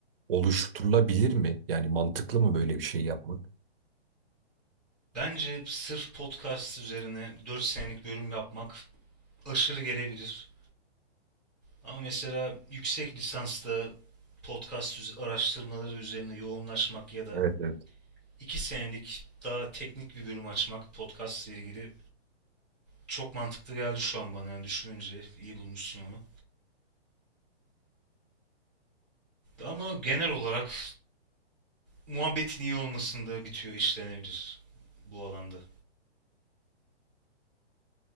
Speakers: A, on the right; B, in the centre.
A: oluşturulabilir mi? Yani mantıklı mı böyle bir şey yapmak?
B: Bence sırf podcast üzerine 4 senelik bölüm yapmak aşırı gelebilir. Ama mesela yüksek lisansta podcast araştırmaları üzerine yoğunlaşmak ya da
A: Evet, evet.
B: 2 senelik daha teknik bir bölüm açmak podcast ile ilgili çok mantıklı geldi şu an bana yani düşününce iyi bulmuşsun onu. Ama genel olarak muhabbetin iyi olmasında bitiyor işlenebilir bu alanda.